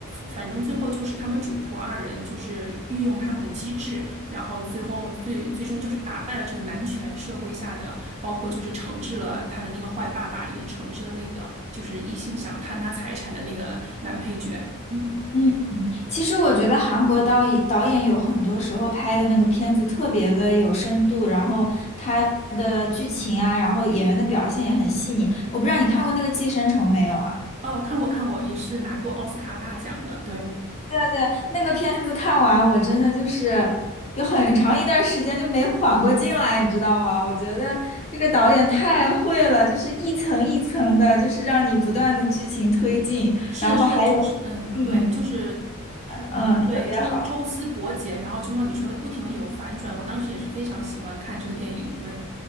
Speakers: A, on the right; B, on the left.
A: 反正最后就是他们主仆二人就是运用他们的机智，然后最后最最终就是打败了这个男权社会下的，包括就是惩治了他的那个坏爸爸，也惩治了那个就是一心想贪他财产的那个男配角。嗯，
B: 嗯，其实我觉得韩国导演导演有很多时候拍的那个片子特别的有深度，然后他的剧情啊，然后演员的表现也很细腻。我不知道你看过那个《寄生虫》没有啊？
A: 哦，看过看过，也是拿过奥斯卡大奖的，对。
B: 对，那个片子看完，我真的就是有很长一段时间就没缓过劲来，你知道吗？我觉得这个导演太会了，就是一层一层的，就是让你不断的剧情推进，
A: 是的，
B: 然后还有，
A: 是的，就是嗯，
B: 嗯
A: 对，就是抽嗯，
B: 嗯，特别好。
A: 对，抽抽丝剥茧，然后就像你说的，不停的有反转。我当时也是非常喜欢看这个电影，对